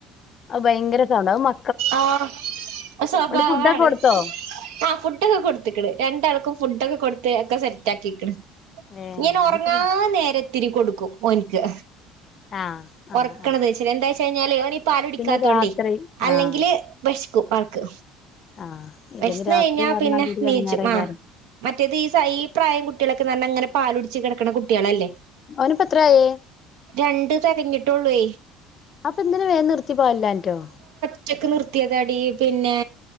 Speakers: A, on the left; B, on the right.
A: അത് ഭയങ്കര സൗണ്ടാ അത് മ
B: ആഹ് ആ സ്വഭാവാണ്.
A: ഫുഡൊക്കെ കൊടുത്തോ
B: ആ ഫുഡൊക്കെ കൊടുത്ത്ക്ക്ണ് രണ്ടാൾക്കും ഫുഡൊക്കെ കൊട് ത്ത് ഒക്കെ സെറ്റാക്കീക്ക്ണ്
A: ഏഹ്
B: ഇങ്ങനെ
A: ഇനിയിപ്പം
B: ഒറങ്ങാൻ നേര ത്തിരി കൊടുക്കും ഓന്ക്ക്
A: ആഹ് ആഹ്
B: ഒറ്ക്ക്ണതൊയിച്ച്
A: ആഹ്
B: രണ്ടാഴ്ച്ച് കഴിഞ്ഞാല് ഓന് പാലുടിക്കാത്തോണ്ടേ
A: പിന്നെ രാത്രി
B: അല്ലെങ്കില്
A: ആഹ്
B: വെശ് ക്കു ആൾക്ക്
A: ആഹ് ഇല്ലെങ്കി
B: വെശ് ന്ന്
A: രാത്രി
B: കഴിഞ്ഞാപ്പിന്നെ
A: പറഞ്ഞാതിരി
B: നീച്ചും.
A: എടങ്ങേറേക്കാരം
B: ആഹ് മറ്റേത് സൈ ഈ പ്രായം കു ട്ടികളൊക്കെന്ന്‌ പറഞ്ഞാ ഇങ്ങനെ പാലുടിച്ചു കിടക്കണ കുട്ടിയേളല്ലേ.
A: അവനിപ്പോ എത്രാ യേ?
B: രണ്ട് തികഞ്ഞിട്ടുള്ള്വേ..
A: അപ്പെന്തിനാ വേഗം നിർത്തിപ്പോകല്ലാഞ്ഞിട്ടോ
B: റ്റക്കു നിർത്തിയതാടി പിന്നേ